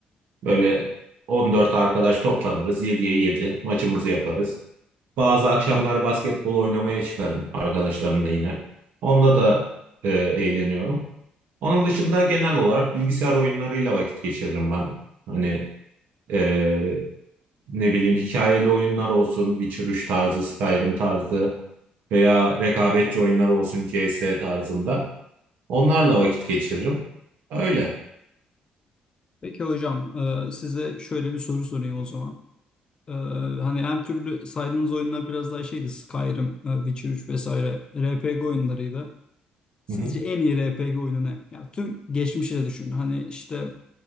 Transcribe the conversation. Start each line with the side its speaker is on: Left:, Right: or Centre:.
Right: Böyle 14 arkadaş toplanırız 7'ye 7 maçımızı yaparız. Bazı akşamlar basketbol oynamaya çıkarım arkadaşlarımla yine. Onda da e, eğleniyorum. Onun dışında genel olarak bilgisayar oyunlarıyla vakit geçiririm ben. Hani e, ne bileyim hikayeli oyunlar olsun, Witcher 3 tarzı, Skyrim tarzı veya rekabetçi oyunlar olsun CS tarzında. Onlarla vakit geçiririm. Öyle.
Left: Peki hocam, e, size şöyle bir soru sorayım o zaman. E, Hani her türlü saydığınız oyunlar biraz daha şeydi. Skyrim, e, Witcher üç vesaire RPG oyunlarıydı. Sizce
Right: Hı hı.
Left: en iyi RPG oyunu ne? Ya tüm geçmişi de düşünün. Hani işte